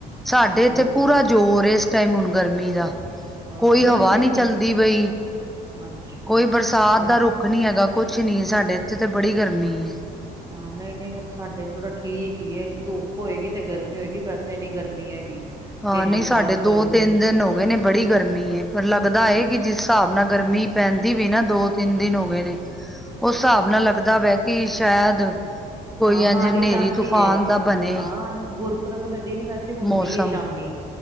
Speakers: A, in the centre; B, on the right.
A: ਸਾਡੇ ਏਥੇ
B: ਹਾਂਜੀ
A: ਪੂਰਾ ਜ਼ੋਰ ਏ ਇਸ ਟਾਈਮ ਹੁਣ ਗਰਮੀ ਦਾ।
B: ਹਾਂ
A: ਕੋਈ
B: ਨਹੀਂ
A: ਹਵਾ ਨੀ
B: ਇੰਨੀ
A: ਚੱਲਦੀ ਪਈ
B: ਅੱਛਾ
A: ਕੋਈ ਬਰਸਾਤ
B: ਨਹੀਂ
A: ਦਾ ਰੁੱਖ ਨੀ ਹੈਗਾ। ਕੁਛ ਨੀ ਸਾਡੇ ਇੱਥੇ ਤਾਂ ਬੜੀ ਗਰਮੀ ਏ।
B: ਹਾਂ ਨਈਂ-ਨਈਂ ਸਾਡੇ ਥੋੜਾ ਠੀਕ ਈ ਏ। ਧੁੱਪ ਹੋਏਗੀ ਤੇ ਗਰਮੀ ਹੋਏਗੀ ਵੈਸੇ ਨੀ ਗਰਮੀ ਹੈਗੀ।
A: ਹਾਂ
B: ਇੰਨੀ
A: ਨਈਂ ਸਾਡੇ
B: ਖ਼ਾਸ
A: ਦੋ-ਤਿੰਨ
B: ਗਰਮੀ ਨੀ
A: ਦਿਨ ਹੋ ਗਏ ਨੇ, ਬੜੀ ਗਰਮੀ ਏ ਪਰ ਲੱਗਦਾ
B: ਅੱਛਾ
A: ਏ ਕੀ ਜਿਸ ਹਿਸਾਬ ਨਾਲ ਗਰਮੀ ਪੈਂਦੀ ਵੀ ਨਾ ਦੋ-ਤਿੰਨ ਦਿਨ ਹੋਗੇ ਨੇ। ਓ ਹਿਸਾਬ ਨਾਲ ਲੱਗਦਾ ਪਿਐ ਕਿ ਸ਼ੈਦ ਕੋਈ
B: ਹਾਂ ਬਾਰਿਸ਼
A: ਐਂਜ ਹਨੇਰੀ
B: ਆਂਦੀ
A: - ਤੂਫਾਨ
B: ਏ।
A: ਦਾ ਬਣੇ।
B: ਹਾਂ ਗੁਰਪੁਰਬ ਵਾਲੇ ਦਿਨ ਵੈਸੇ ਹੁੰਦੀ
A: ਮੌਸਮ
B: ਏ ਸ਼ਾਮੀ।